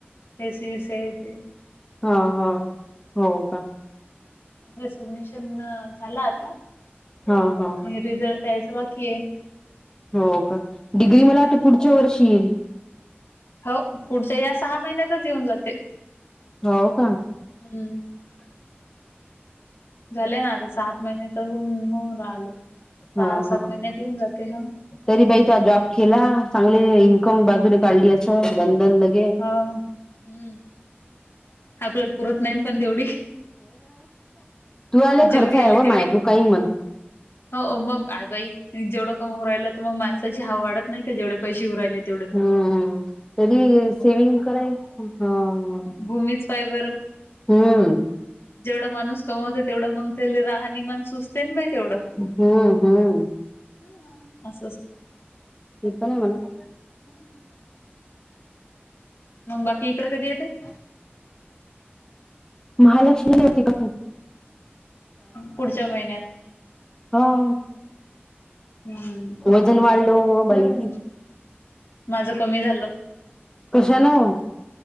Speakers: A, on the left; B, on the left.
A: एस. सी. सी तेन
B: हा. हा. हो का.
A: रिसबमिशन झालं आता,
B: हा हा
A: आणि रिझल्ट यायचं बाकी आहे.
B: हो का? डिग्री आता मला
A: हम्म
B: पुढच्या वर्षी येईलं.
A: हो पुढच्या या सहा महिन्यातच येऊन जाते.
B: हो का?
A: हम्म. झाले ना आता सात महिने, तर होऊन होऊन राहिले. सहा
B: हा
A: सात
B: हा
A: महिन्यात येऊन जाते हाव.
B: तरी बाई त जॉब केला चांगले इन्कम बाजूने काढली असं बंधन लई
A: हा हं आपल्याला पुरत नाही पण तेवढी.
B: तूझा लय
A: जेवढी
B: खर्च आहे
A: आली
B: व
A: तेवढी
B: माय तू काही म्हणं.
A: हो मग आय बाई, जेवढं कम होऊ राहिलं तर मग माणसाची हाव वाढत नाही का, जेवढे पैसे येऊ राहिले तेवढे
B: हम्म
A: क
B: तरी सेविंग करायची, हां, हा,
A: भूमीच पाय बरं.
B: हम्म.
A: जेवढं माणूस कमवते, तेवढं मग तेले राहणीमाण सुचते ना बाई, तेवढं.
B: हम्म, हम्म.
A: ना, असं अस
B: ते पण आहे म्हणा.
A: हां. मग बाकी इकडं कधी येतायं?
B: महालक्ष्मीला येती <unintelligible> नाही.
A: पुढच्या महिन्यात.
B: हॊ.
A: हम्म.
B: वजन वाढलो बाई.
A: बरं आहे मग माझं कमी झालं.
B: कशान?